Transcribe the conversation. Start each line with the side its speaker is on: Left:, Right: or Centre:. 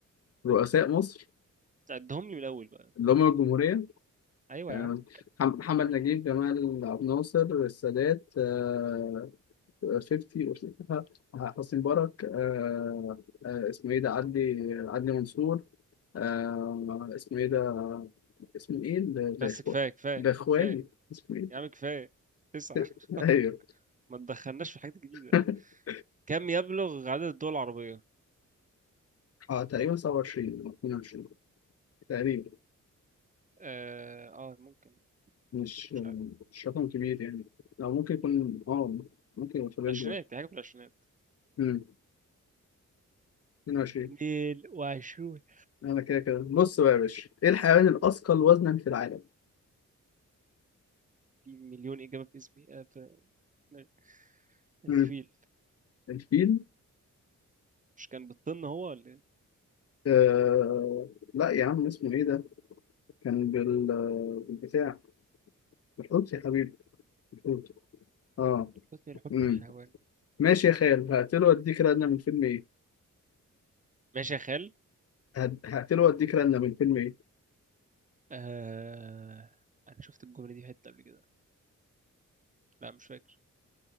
Left: رؤساء مصر
Right: عدهم لي من الاول بقى
Left: اللي هم الجمهورية
Right: ايوه
Left: آه،
Right: يا عم
Left: محمد نجيب جمال عبد الناصر السادات آه، 50 وشريكها حسني مبارك آه، آه، اسمه ايه ده عدلي عدلي منصور آه، اسمه ايه ده اسمه ايه الاخوان
Right: بس كفايه كفايه
Left: الاخواني
Right: كفايه
Left: اسمه ايه
Right: يا عم كفايه تسعه
Left: <laughs> ايوه
Right: <laughs> ما تدخلناش في حاجات جديده
Left: <laughs>
Right: كم يبلغ عدد الدول العربيه
Left: اه تقريبا 27 او 22 تقريبا
Right: اه, آه ممكن
Left: مش
Right: مش عارف
Left: مش رقم كبير يعني او ممكن يكون اه ممكن يبقى في الرينج
Right: العشرينات
Left: ده
Right: دي حاجه في العشرينات
Left: امم 22
Right: 22 في
Left: انا كده كده بص بقى يا باشا ايه الحيوان الاثقل وزنا في العالم؟
Right: في مليون إجابة في اسمي آه، في دماغي. الفيل
Left: امم الفيل
Right: مش كان بالطن هو ولا إيه؟
Left: آه... لا يا عم اسمه ايه ده؟ كان بال... بالبتاع بالحوت يا حبيبي بالحوت اه
Right: حسني الحب
Left: امم
Right: الحيوان
Left: ماشي يا خال هقتله واديك رنه من فيلم ايه
Right: ماشي يا خال
Left: هد- هقتله واديك رنه من فيلم ايه
Right: آه... أنا شفت الجملة دي في حتة قبل كده لا مش فاكر